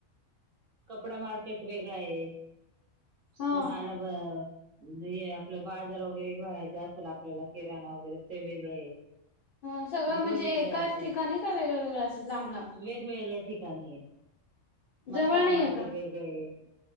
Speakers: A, on the right; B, on the left.
A: कपडा मार्केट वेगळा आहे, <unintelligible>
B: हा
A: आपलं बाजार वगैरे भरायच असेल आपल्याला किराणा वगैरे ते वेगळ आहे. <unintelligible>
B: ह सगळं
A: वेगवेगळे
B: म्हणजे एकाच
A: असे
B: ठिकाणी का वेगळं वेगळं असं लांब लांब
A: वेगवेगळ ठिकाणी आहे.
B: जवळ
A: मसाला
B: नाहीये
A: मार्केट
B: का
A: वेगळ आहे,